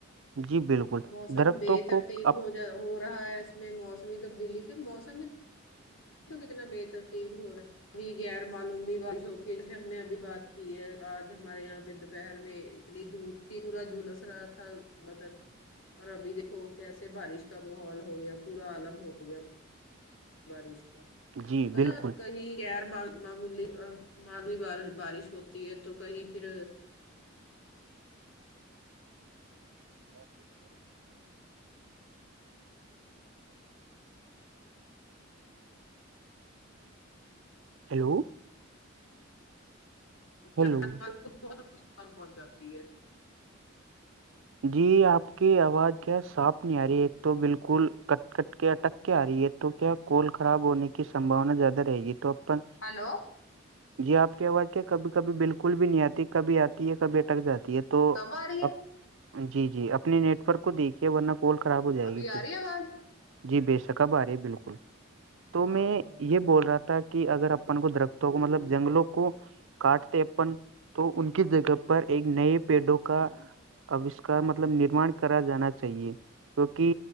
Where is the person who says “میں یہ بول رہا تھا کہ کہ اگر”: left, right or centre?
Right